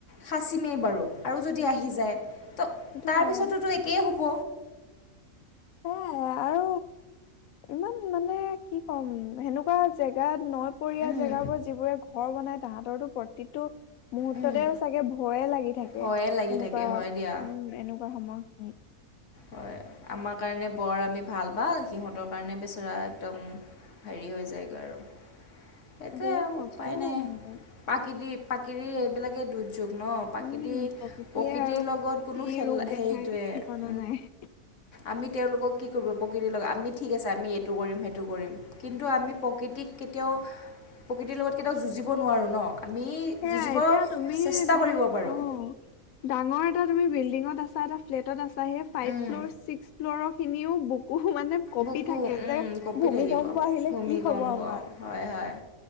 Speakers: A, on the left; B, on the left.
A: সাঁচিমেই বাৰু আৰু যদি আহি যায়। তো
B: সেইটো
A: তাৰপিছতো
B: হয়
A: একেই হ'ব।
B: সেয়াই আৰু ইমান। মানে কি ক'ম সেনেকুৱা জেগাত নৈপৰীয়া
A: উম,
B: জেগাবোৰ যি বোৰ ঘৰ বনাই - তাহঁতৰো প্ৰতিটো - মুহুৰ্ততে
A: উম,
B: চাগে ভয়ে লাগি থাকে
A: হয়ে লাগি
B: এনেকুৱা
A: থাকে হয়
B: উম
A: দিয়া
B: এনেকুৱা সময়। হুম।
A: হয় আমাৰ কাৰণে বৰ আমি ভাল-বা সিহঁতৰ কাৰণে বেচেৰা একদম - হেৰি হৈ যায় গৈ আৰু। সেইটোৱেই
B: বহুত কষ্ট
A: উপায়
B: হয়
A: নাই
B: তাহাঁতৰ
A: পাকিৰি-পাকিৰি এইবিলাকে দু যুগ ন, প্ৰাকৃতি
B: উম প্ৰকৃতিয়ে
A: প্ৰকৃতিৰ
B: আৰু
A: লগত কোনো
B: কি
A: খেল
B: ৰূপ দেখাই
A: সেইটোৱেই
B: ঠিকনা <inaudible>
A: আমি তেওঁলোকক কি কৰিব প্ৰকৃতিৰ লগত আমি ঠিক আছে আমি এইটো কৰিম সেইটো কৰিম, কিন্তু আমি প্ৰকৃতিক কেতিয়াও প্ৰকৃতিৰ লগত কেতিয়াও যুঁজিব নোৱাৰোঁ ন। আমি
B: সেয়া
A: যুঁজিব
B: এতিয়া তুমি
A: চেষ্টা
B: তোমাৰ
A: কৰিব পাৰোঁ
B: অঁ ডাঙৰ এটা তুমি বিল্ডিঙত আছা এটা ফ্লেটত আছা সেই ফাইভ
A: উম।
B: ফ্ল'ৰ, ছিক্স ফ্ল'ৰখিনিও ব কুহু মানে কঁপি
A: বুকু
B: থাকে
A: উম,
B: যে
A: কঁপি
B: ভূমিকম্প
A: থাকিব
B: আহিলে
A: ভূমিকম্প
B: কি হব আমাৰ।
A: হয় হয়